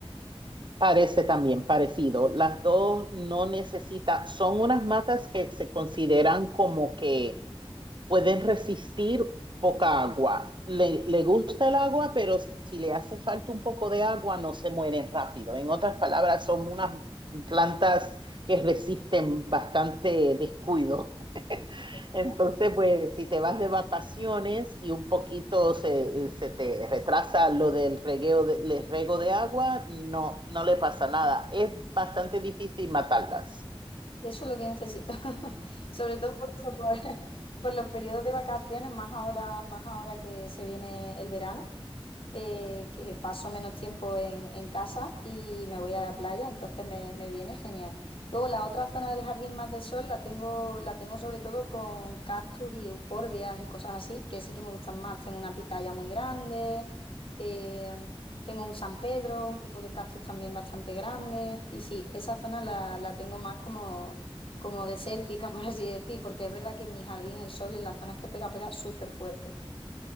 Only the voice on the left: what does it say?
Bueno,
eso es lo que necesito, <laughs> sobre todo por eso, por, <laughs> por los periodos de vacaciones, más ahora, más ahora que se viene el verano. eh, que paso menos tiempo en, en casa y me voy a la playa, entonces me, me viene genial. Luego la otra zona del jardín más de sol la tengo, la tengo sobre todo con cactus y euforbias y cosas así, que sí que me gustan más. Tengo una pitaya muy grande, eh, tengo un San Pedro, un tipo de cactus también bastante grande. Y sí, esa zona la, la tengo más como... como desértica, <laughs> por así decir, porque es verdad que en mi jardín el sol en las zonas que pega, pega súper fuerte.